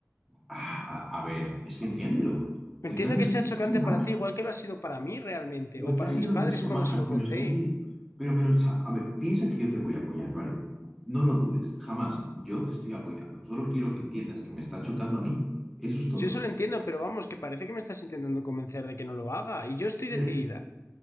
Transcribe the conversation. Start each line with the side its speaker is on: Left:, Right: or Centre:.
Centre: ah, a, a ver, es que entiéndelo. El
Left: Entiendo
Centre: cambio
Left: que
Centre: es
Left: sea
Centre: en dos
Left: chocante
Centre: semanas.
Left: para ti, igual que lo ha sido para mí realmente,
Centre: Lo
Left: o para
Centre: que ha sido
Left: mis padres
Centre: en dos semanas,
Left: cuando se lo
Centre: me
Left: conté.
Centre: lo estás diciendo. Pero me lo, sa- a ver, piensa que yo te voy a apoyar, ¿vale? No lo dudes, jamás. Yo te estoy apoyando. Solo quiero que entiendas que me está chocando a mí. Eso es todo.
Left: Yo eso lo entiendo, pero vamos, que parece que me estás intentando convencer de que no lo haga y yo estoy decidida.
Centre: Pero-